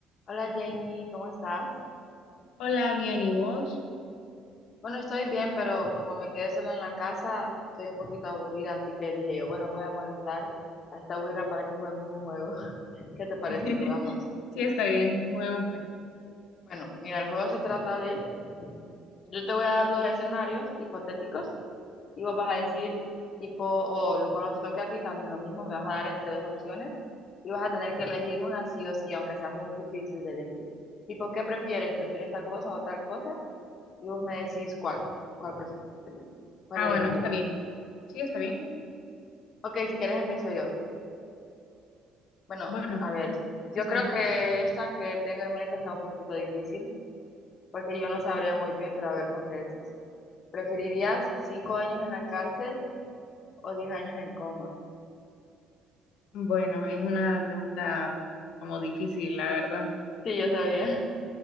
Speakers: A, on the left; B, on the left.
A: Hola Jamie, ¿cómo estás?
B: Hola, bien, ¿y vos?
A: Bueno, estoy bien, pero como me quedé sola en la casa, estoy un poquito aburrida, así que dije yo, bueno, voy a molestar a esta güira para que juguemos un juego. <laughs> ¿Qué te parece?
B: <laughs>
A: Jugamos.
B: Sí, está bien, juguemos pues.
A: Bueno, mira, el juego se trata de, yo te voy a dar dos escenarios hipotéticos y vos vas a decir tipo, o lo- cuando te toque a ti también lo mismo, me vas a dar entre dos opciones y vas a tener que elegir una sí o sí, aunque sea muy difícil de elegir. Tipo, ¿qué prefieres? ¿Prefieres tal cosa o tal cosa? Y vos me decís cuál, cuál prefieres. ¿Cuál
B: Ah,
A: elegirías?
B: bueno, está bien. Sí, está bien.
A: Ok, si quieres empiezo yo. Bueno,
B: Bueno,
A: a ver,
B: sí,
A: yo
B: sí está
A: creo
B: bien.
A: que esta que tengo en mente está un poquito difícil, porque yo no sabría muy bien, pero a ver, pues qué decís. ¿Preferirías cinco años en la cárcel o diez años en coma?
B: Bueno, es una pregunta como difícil, la verdad.
A: Sí, yo sabía.